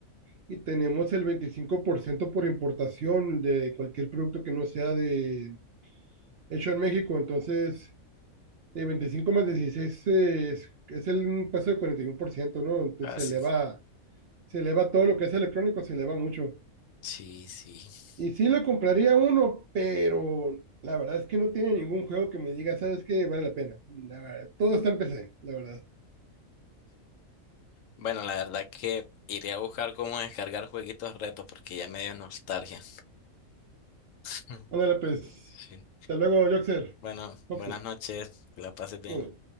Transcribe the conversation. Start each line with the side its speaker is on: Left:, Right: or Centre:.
Right: y tenemos el veinticinco por ciento por importación de cualquier producto que no sea de hecho en México. Entonces, eh, 25 más 16 es, es el impuesto del cuarenta y uno por ciento ¿no? Entonces
Left: Así.
Right: se eleva Se le va todo lo que es electrónico, se le va mucho.
Left: Sí, sí. sí.
Right: Y sí le compraría uno, pero la verdad es que no tiene ningún juego que me diga, ¿sabes qué? Vale la pena. La verdad, todo está en PC, la verdad.
Left: Bueno, la verdad que iré a buscar cómo descargar jueguitos retos porque ya me dio nostalgia. <laughs>
Right: Ándale, pues.
Left: Sí.
Right: Hasta luego, Joxer.
Left: Bueno,
Right: Joxer.
Left: buenas noches, que la pases bien.
Right: Dale.